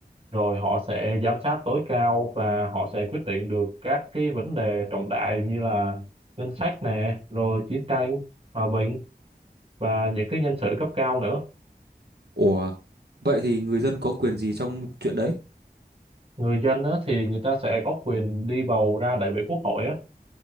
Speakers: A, on the right; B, on the right.
A: rồi họ sẽ giám sát tối cao và họ sẽ quyết định được các cái vấn đề trọng đại như là ngân sách nè, rồi chiến tranh, hòa bình và những cái nhân sự cấp cao nữa.
B: Ủa, vậy thì người dân có quyền gì trong chuyện đấy?
A: Người dân á, thì người ta sẽ có quyền đi bầu ra đại biểu quốc hội á,